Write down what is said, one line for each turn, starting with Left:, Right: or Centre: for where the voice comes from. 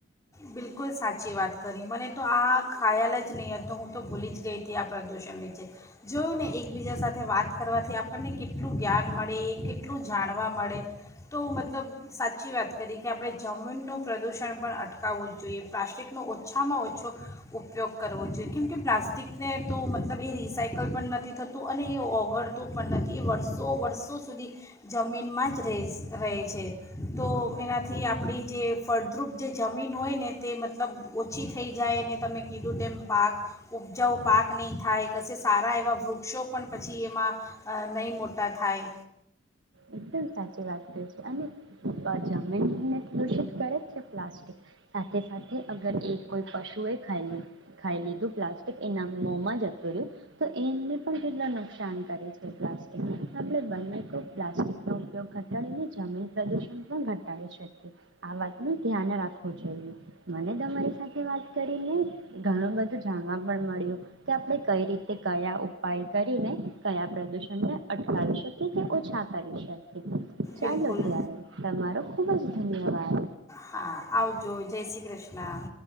Left: બિલકુલ સાચી વાત. કરી મને તો આ ખ્યાલ જ નહીં હતો હું તો ભૂલી જ ગઈ હતી આ પ્રદૂષણ વિચે જોયું ને એકબીજા સાથે વાત કરવાથી આપણને કેટલું જ્ઞાન મળે એ કેટલું જાણવા મળે તો મતલબ સાચી વાત કરી કે આપણે જમીનનું પ્રદૂષણ પણ અટ કાવવું જોઈએ પ્લાસ્ટિકનો ઓછામાં ઓછો ઉપયોગ કરવો જોઈએ કેમ કે પ્લાસ્ટિકને તો મતલબ એ રિસાયકલ પણ નથી થતું અને એ ઓગળતું પણ નથી એ વર્ષો વર્ષો સુધી જમીનમાં જ રેસ રહે છે. તો એનાથી આપણી જે ફળદ્રુપ જે જમીન હોય ને તે મતલબ ઓછી થઈ જાય ને તમે કીધું તેમ પાક ઉપજાઓ પાક નહીં થાય કશે સારા એવાં વૃક્ષો પણ પછી એમાં અ નહીં મોટા થાય.
Right: એકદમ સાચી વાત કરી છે અને જમીનને પ્રદુષિત કરે છે પ્લાસ્ટિક સાથે સાથે અગર એ કોઈ પશુ એ ખાય લે. ખાઈ લીધું પ્લાસ્ટિક એના મોમાં જતું રયુ તો એમને પણ કેટલા નુકસાન કરે છે પ્લાસ્ટિક આપડે બને તો પ્લાસ્ટિક ઉપયોગ ઘટાડીને જમીન પ્રદુષણ પણ ઘટાડી શકીએ આ વાતનું ધ્યાન રાખવું જોઈએ. મને તમારી સાથે વાત કરી ને ઘણું બધું જાણવા પણ મળ્યું કે આપણે કઈ રીતે કયા ઉપાય કરીને કયા પ્રદૂષણને અટકાવી શકીએ કે ઓછા કરી શકીએ. ચાલો
Left: બિલકુલ
Right: ત્યારે તમારો ખુબ જ ધન્યવાદ.
Left: હા આવજો જય શ્રી કૃષ્ણ.